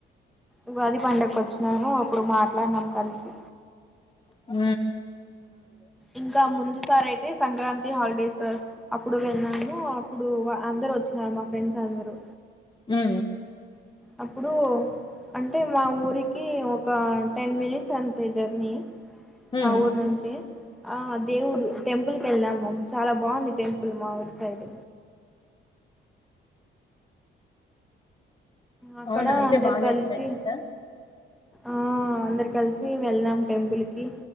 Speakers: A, in the centre; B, on the left.
A: ఉగాది పండక్కు ఒచ్చినారు అప్పుడు మాట్లాడ్నం కలిసి
B: ఊ
A: ఇంకా ముందు సార్ అయితే సంక్రాంతి హాలిడేస్ అప్పుడు వెల్లాము, అప్పుడు వ అందరూ ఒచ్చినా మా ఫ్రెండ్స్ అందరు
B: ఊఉ
A: అప్పుడూ అంటే మా ఊరికీ ఒ క టెన్ మినిట్స్ అంతే జర్నీ
B: ఉమ్
A: మా ఊరు నుంచి ఆ దేవుడు టెంపుల్కి వెళ్ళాము చాలా బాగుంది టెంపుల్ మా ఊరి సైడ్ అక్కడ
B: అవునా అయితే
A: అందరు
B: బాగా
A: కలిసి
B: ఎంజాయ్ చేసారా
A: ఆ అందరు కలిసి వెళ్ళినాం టెంపుల్కి